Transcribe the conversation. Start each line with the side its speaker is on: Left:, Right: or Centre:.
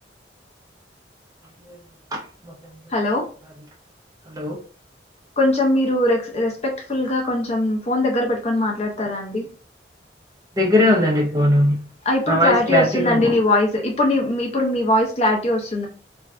Right: అంతే అండి మా ఫ్రెండ్స్ వస్తే
Left: హలో
Right: చూడాలి హలో
Left: కొంచెం మీరు రెస్ రెస్పెక్ట్ఫుల్గా కొంచెం ఫోన్ దగ్గర పెట్టుకొని మాట్లాడతారా అండి
Right: దగ్గరే ఉందండి ఫోను
Left: ఇప్పుడు
Right: నా వాయిస్
Left: క్లారిటీ
Right: క్లారిటీగా
Left: వస్తుందండి నీ వాయిస్ ఇప్పుడు నీ ఇప్పుడు మీ వాయిస్ క్లారిటీ వస్తు